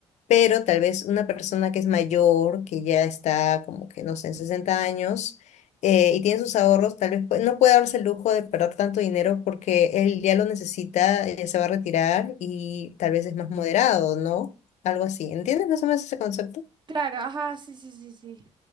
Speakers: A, on the left (about 65°); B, on the right (about 35°).
A: pero tal vez una persona que es mayor, que ya está como que, no sé, en 60 años eh, y tiene sus ahorros, tal vez pu- no puede darse el lujo de perder tanto dinero porque él ya lo necesita, ya se va a retirar y tal vez es más moderado, ¿no? Algo así. ¿Entiendes más o menos ese concepto?
B: Claro, ajá, sí, sí, sí, sí.